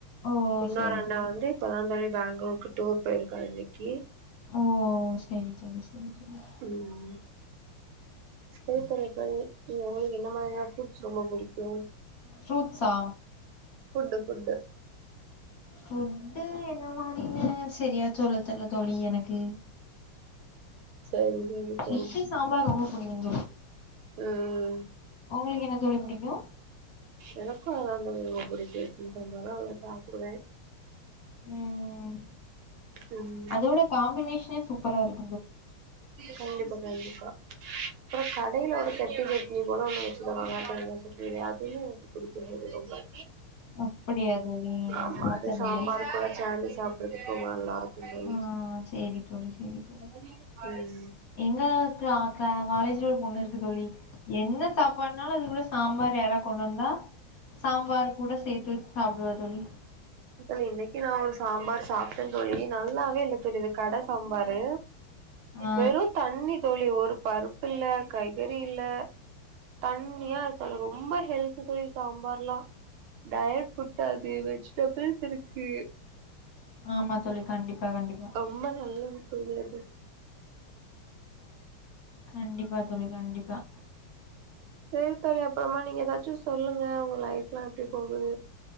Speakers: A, on the left (about 45°); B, on the right (about 75°).
A: ஓ
B: இன்னொரு
A: சரி
B: அண்ண
A: தோழி
B: வந்து இப்பதா தோழி பேங்ளூருக்கு டூர் போய்ருக்கா இன்னைக்கி
A: ஓ சரி சரி சரி தோழி
B: ம் சரி தோழி இப்ப இ உங்களுக்கு என்ன மாரியான ஃபுட்ஸ் ரொம்ப புடிக்கு
A: ஃப்ரூட்ஸா
B: ஃபுட்டு ஃபுட்டு
A: புஃட்டு என்ன மாறினு சரியா சொல்ல தெரில தோழி எனக்கு
B: சரி சரி தோழி
A: இட்லி சாம்பார் ரொம்ப புடிக்குந் தோழி
B: ம்
A: ஒங்களுக்கு என்ன தோழி புடிக்கு
B: எனக்கு அதா தோழி ரொம்ப புடிச்சிருக்குன்னு சொன்னாலு அவள சாப்டுவே
A: ம்
B: ம்
A: அதோட காம்பினேஷனே சூப்பரா இருக்
B: கண்டிப்பா கண்டிப்பா அப்புற கடையில ஒரு கட்டி சட்னி போல ஒன்னு வச்சு தருவாங்க தேங்கா சட்னி அதுவு புடிக்கும் போது ரொம்ப
A: அப்படியா தோழி நா
B: ஆமா
A: சாப்ட்டதில்ல
B: அது சாம்பாருக்குள்ள சேந்து சாப்டுறதுக்கு ரொம்ப நல்லா இருக்கு தோழி
A: ஆ செரி தோழி செரி தோ
B: ம்
A: எங்க க்லா க்லா காலேஜ்ல ஒரு பொண்ணு இருக்கு தோழி என்ன சாப்பாடு அதனால அது கூட சாம்பார் யாரா கொண்டு வந்தா சாம்பார் கூட சேத்து வச்சு சாப்டுவா தோழி
B: தோழி இன்னைக்கு நா ஒரு சாம்பார் சாப்ட்ட தோழி நல்லாவே இல்ல தோழி இந்த கட சாம்பாரு
A: ஆ
B: வெறு தண்ணி தோழி ஒரு பருப்பு இல்ல கய்கறி இல்ல தண்ணியா இருக்கது ரொம்ப ஹெல்து தொழி சாம்பார்லா டயட் ஃபுட் அது வெஜிடபிள்ஸ் இருக்கு
A: ஆமா தோழி கண்டிப்பா கண்டிப்பா
B: ரொம்ப நல்லது தோழி அது
A: கண்டிப்பா தோழி கண்டிப்பா
B: சரி தோழி அப்புறமா நீங்க ஏதாச்சு சொல்லுங்க உங்க லைஃப்ல்லா எப்டி போகுது